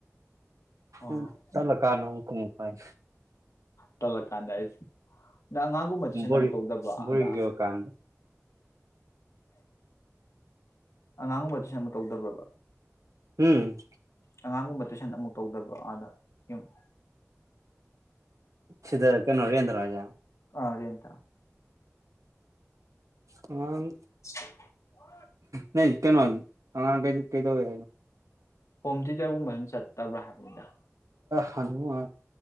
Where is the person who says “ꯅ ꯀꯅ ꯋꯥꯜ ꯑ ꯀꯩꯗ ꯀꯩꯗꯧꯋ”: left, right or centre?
Right